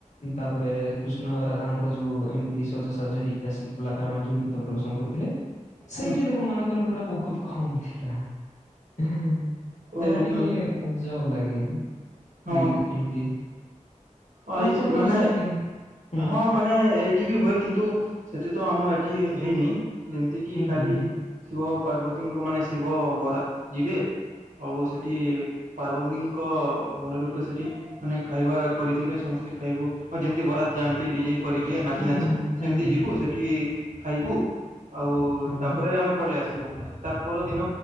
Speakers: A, on the left (about 60°); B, on the right (about 75°).
A: ତାପରେ କୃଷ୍ଣ ରାଧାଙ୍କର ଯୋଉ। ଏମିତି ସଜସାଜ ହେଇକି ଆସି କଲାକାର ମାନେ ଯଉ ନୃତ୍ୟ ପ୍ରଦର୍ଶନ କରୁଥିଲେ। ସେଇଠି
B: ହୁଁ
A: ଲୋକମାନଙ୍କର ଭିଡ ବହୁତ କମ୍। ଥିଲା ସେଟା
B: ଓହୋ
A: ଟିକେ ଅଜବ ଲାଗେ।
B: ହଁ
A: କି ଏମିତି
B: ଆଇଲ୍
A: ତମର ସେପଟେ
B: ମାନେ
A: ବି ସେମିତି? ହୁଁ,
B: ହଁ। ମାନେ ଏଇଠି ବି ହୁଏ କିନ୍ତୁ ସେଠି ତ ଆମ ଏଠି ହେଇନି ଯେମିତି କିି
A: ହୁଁ,
B: ଖାଲି।
A: ହୁଁ,
B: ଶିବ ପାର୍ବତୀଙ୍କ ମାନେ ଶିବ ବରାତ ଯିବେ ଆଉ ସେଠି। ନି ଙ୍କ ଘର ଲୋକ ସେଠି ମାନେ ଖାଇବା କରିଥିବେ ସମସ୍ତେ ଖାଇବୁ ହଁ ଯେମିତି ବରାତ୍ ଯାଆନ୍ତି ଡିଜେ। କରିକି ନାଚି
A: ହୁଁ,
B: ନାଚି
A: ହୁଁ, ହୁଁ,
B: ସେମିତି
A: ହୁଁ,
B: ଯିବୁ ସେଠି ଖାଇବୁ ଆଉ
A: ହୁଁ,
B: ତାପରେ ଆମେ। ପଳେଇ ଆସିବ ତା ପରଦିନ